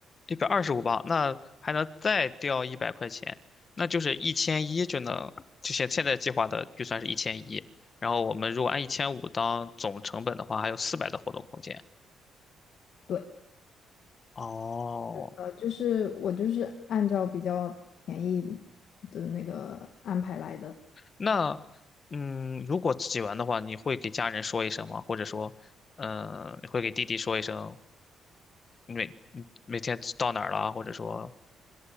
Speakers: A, on the left; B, on the left.
A: 一百二十五磅，那还能再掉一百块钱，那就是一千一就能，就现现在计划的预算是一千一，然后我们如果按一千五当总成本的话，还有四百的活动空间。
B: 对，
A: 哦，
B: 呃，就是我就是按照比较便宜的那个安排来的。
A: 那嗯，如果自己玩的话，你会给家人说一声吗？或者说，嗯、你会给弟弟说一声，你每你每天到哪儿了啊或者说，